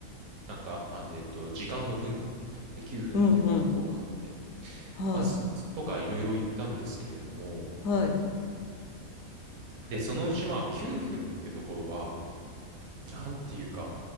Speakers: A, on the right; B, on the left.
A: なんか、あの、えっと、時間の分で9分って読むとこがあって、
B: うんうんはい、
A: まあ、すとかいろいろ言ったんですけれども、
B: はい。
A: で、そのうちまあ9分ってところは、なんていうか、